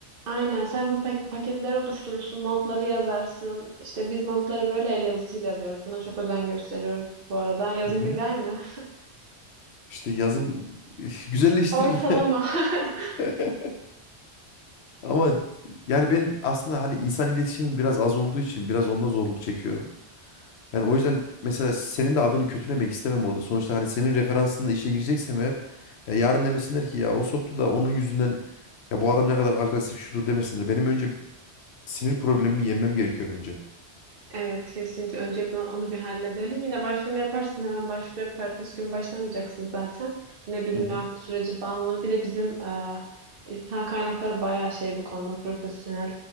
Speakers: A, on the right (about 60°); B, on the left (about 75°).
A: Aynen sen bu pak- paketler oluşturursun, notları yazarsın. İşte biz notları böyle el yazısıyla yazıyoruz. Buna çok özen gösteriyoruz bu arada. Yazın
B: Hı hı.
A: güzel mi?
B: İşte yazım <laughs> güzelleştirir.
A: <laughs> Ortalama. <laughs>
B: <laughs> Ama yani benim aslında hani insan iletişimim biraz az olduğu için biraz onda zorluk çekiyorum. Yani o yüzden mesela senin de adını kötülemek istemem orada. Sonuçta hani senin referansında işe gireceksem eğer ya yarın demesinler ki ya o soktu da onun yüzünden ya bu adam ne kadar agresif şudur demesinler. Benim önce sinir problemimi yenmem gerekiyor bence.
A: Evet kesinlikle önce bir- onu bir halledelim. Yine başvurunu yaparsın hemen başvuru yapıp ertesi gün başlamayacaksın zaten. Yine bir
B: Hı
A: mülakat
B: hı.
A: süreci falan olur. Bir de bizim e, insan kaynakları bayağı şey bu konuda profesyonel.